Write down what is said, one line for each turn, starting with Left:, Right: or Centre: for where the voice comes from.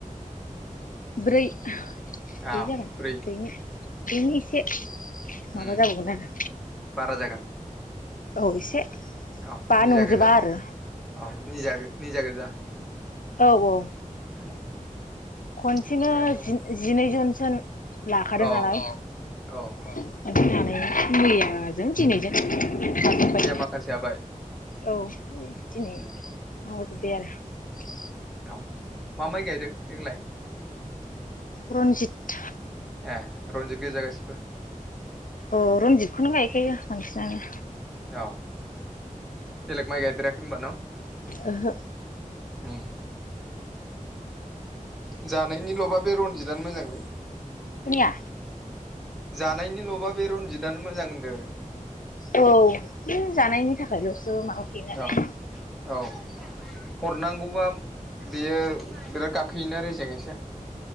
Left: ब्रै ब्रै
Centre: औ
Left: जागोन
Centre: ब्रै
Left: ब्रैनो ब्रैनि एसे माबा
Centre: ओ
Left: जाबावगोन आरो
Centre: बारा जागोन
Left: औ एसे
Centre: अ
Left: बा
Centre: निजा
Left: नंजोबा
Centre: गोजा न
Left: आरो
Centre: अ निजा निजा गोजा
Left: औ औ
Centre: <unintelligible> <inaudible>
Left: खनसेनो
Centre: थिगानो दं
Left: जि जिनै जनसो लाखादों
Centre: औ
Left: नालाय
Centre: औ
Left: होननानै मैयाजों दिनैजों लाजोब्बाय
Centre: मैया माखासे हाबाय
Left: औ दिनै
Centre: उम
Left: माबाजोब्बाय
Centre: उम
Left: आरो
Centre: औ मा माइ गायदों देग्लाय
Left: रनजित
Centre: ऐ रनजित गोजा गासिबो।
Left: औ रनजितखौनो गायखायो बांसिनानो।
Centre: न' बेलग माइ गायदेराखै होनबा न'?
Left: ओहो
Centre: उम जानायनि लबा बे रनजितआनो मोजांलै।
Left: खोनाया
Centre: जानायनि लबा बे रनजितआनो मोजां होनदो।
Left: औ नै जानायनि थाखाय लसो माबाखायो नालाय।
Centre: औ औ। हरनांगौबा बेयो बिराद गाखोयोना रेजें एसे?